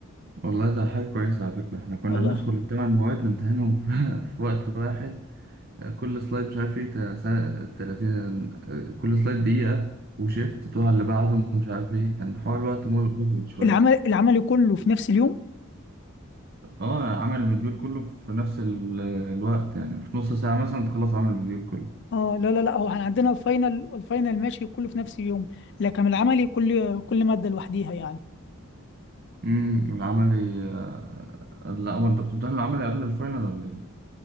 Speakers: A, on the right; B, on the left.
A: والله ده حاجة كويسة على فكرة احنا كنا
B: والله
A: بندخل الثمان مواد نمتحنهم في, <laughs> في وقت واحد آه، كل سلايد مش عارف ايه تا- سا- 30 آه، كل سلايد دقيقة وشيفت تروح على اللي بعده ومش عارف ايه كان حوار الوقت مهم شوية
B: العمل العمل كله في نفس اليوم
A: اه عمل المديول كله في نفس ال- الوقت يعني في نص ساعة مثلا تخلص عمل المديول كله
B: اه لا لا لا هو احنا عندنا الفاينل الفاينل ماشي كله في نفس اليوم لكن العملي كل كل مادة لوحديها يعني
A: امم العملي آه، لا هو انت بتمتحن العملي قبل الفاينل ولا ايه؟